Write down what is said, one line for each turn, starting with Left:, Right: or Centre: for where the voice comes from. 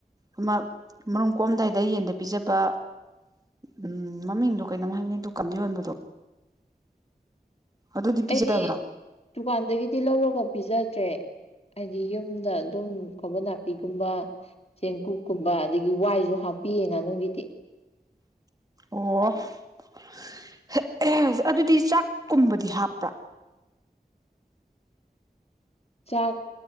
Right: ꯑꯃ ꯃꯔꯨꯝ ꯀꯣ ꯑꯝꯗꯥꯏꯗ ꯌꯦꯟꯗ ꯄꯤꯖꯕ ꯎꯝ ꯃꯃꯤꯡꯗꯣ ꯀꯩꯅꯣꯝ ꯍꯥꯏꯕꯅꯦ ꯗꯨꯀꯟꯗꯥ ꯌꯣꯟꯕꯗꯣ ꯑꯗꯨꯗꯤ
Left: ꯑꯩꯗꯤ
Right: ꯄꯤꯖꯗꯕ꯭ꯔꯣ
Left: ꯇꯨꯀꯥꯟꯗꯒꯤꯗꯤ ꯂꯧꯔꯒꯥ ꯄꯤꯖꯗ꯭ꯔꯦ ꯑꯩꯗꯤ ꯌꯨꯝꯗꯥ ꯑꯗꯨꯝ ꯀꯥꯕꯣ ꯅꯥꯄꯤꯒꯨꯝꯕ ꯆꯦꯡꯀꯨꯞ ꯀꯨꯝꯕ ꯑꯗꯒꯤ ꯋꯥꯏꯖꯨ ꯍꯥꯞꯄꯤꯌꯦ ꯉꯥꯅꯨꯒꯤꯗꯤ
Right: ꯑꯣ <unintelligible> ꯑꯗꯨꯗꯤ ꯆꯥꯛ ꯀꯨꯝꯕꯗꯤ ꯍꯥꯞꯄ꯭ꯔꯥ
Left: ꯆꯥꯛ